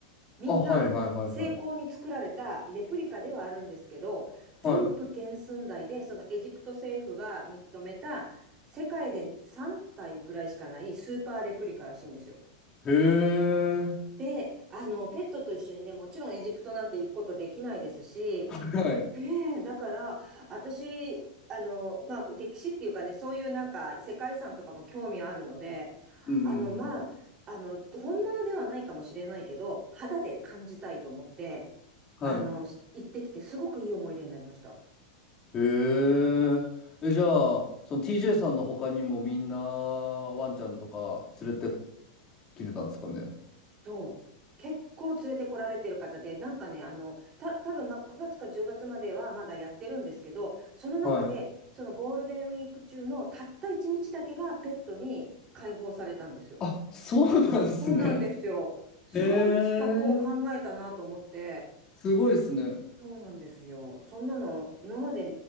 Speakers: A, on the right (about 25°); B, on the left (about 25°).
A: みんな、
B: あ、はい。はい。はい。
A: 精巧に作られたレプリカではあるんですけど、
B: はい
A: 全部原寸大で、
B: は
A: そのエジプト政府が認めた、世界で3体ぐらいしかないスーパーレプリカらしいんですよ。
B: い。へえ。
A: で、あの、ペットと一緒にね、もちろんエジプトなんて行くことできないですし、
B: はい。
A: ねえ、だから、私、あの、まあ、歴史っていうかね、そういうなんか世界遺産とかも興味あるので、
B: うんうんうん。
A: あの、まあ、あの、本物ではないかもしれないけど、肌で感じたいと思って、
B: はい。
A: あの、行ってきて、すごくいい思い出になりました。
B: へえ。え、じゃあ、その TJ さんの他にもみんなワンちゃんとか連れてきてたんですかね。
A: そう。結構連れてこられてる方で、なんかね、あの、た、多分まあ9月か10月まではまだやってるんですけど、その中で、
B: はい。
A: そのゴールデンウィーク中のたった1日だけがペットに解放されたんですよ。
B: あ、そうなんですね。
A: そうなんですよ。すごい企画を考えたなと思って、
B: へえ。すごいですね。
A: そうなんですよ。そんなの今まで